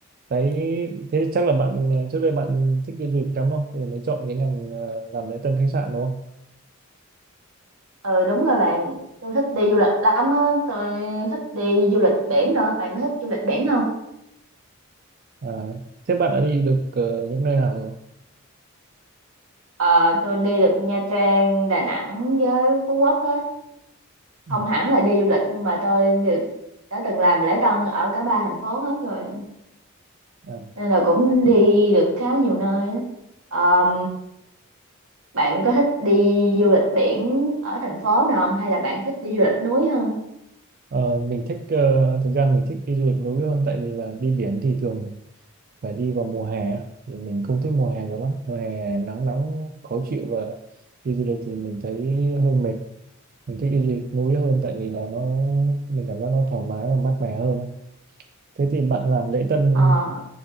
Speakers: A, on the right; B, on the right.
A: cái thế chắc là bạn ờ, trước đây bạn thích đi du lịch lắm không? Rồi mới chọn cái ngành ờ, làm lễ tân khách sạn đúng không?
B: Ừ đúng rồi bạn, tôi thích đi du lịch lắm á. Tôi thích đi du lịch biển đó. Bạn có thích du lịch biển không?
A: À, thế bạn đã đi được ờ, những nơi nào rồi?
B: Ờ, tôi đi được Nha Trang, Đà Nẵng với Phú Quốc á.
A: Ừ.
B: Không hẳn là đi du lịch nhưng mà tôi thì đã từng làm lễ tân ở cả ba thành phố hết rồi.
A: À,
B: Nên là cũng đi được khá nhiều nơi á. Ờ, Bạn có thích đi du lịch biển ở thành phố nào không hay là bạn thích đi du lịch núi hơn?
A: ờ, mình thích ờ, thực ra mình thích đi du lịch núi hơn tại vì là đi biển thì thường phải đi vào mùa hè á, thì mình không thích mùa hè cho lắm mùa hè nắng nóng khó chịu và đi du lịch thì mình thấy hơi mệt mình thích đi du lịch núi hơn tại vì là nó mình cảm giác nó thoải mái và mát mẻ hơn á. thế thì bạn làm lễ tân
B: Ờ,